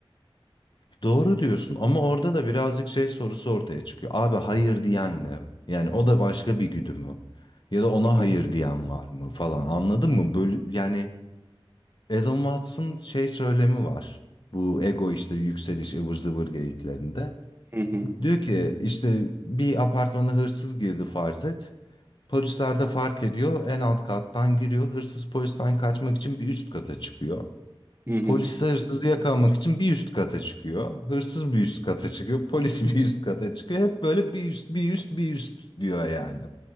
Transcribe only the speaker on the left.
Doğru diyorsun ama orada da birazcık şey sorusu ortaya çıkıyor. Abi hayır diyen ne? Yani o da başka bir güdü mü? Ya da ona
hayır diyen var mı falan anladın mı? Böyle, yani Elon Musk'ın şey söylemi var. Bu ego işte yükseliş ıvır zıvır geyiklerinde.
Diyor ki işte bir apartmana hırsız girdi farz et. Polisler de fark ediyor en alt kattan giriyor. Hırsız polisten kaçmak için bir üst kata çıkıyor.
Polis de hırsızı yakalamak için bir üst kata çıkıyor. Hırsız bir üst kata çıkıyor. Polis <laughs> bir üst kata çıkıyor. Hep böyle bir üst, bir üst, bir üst diyor yani.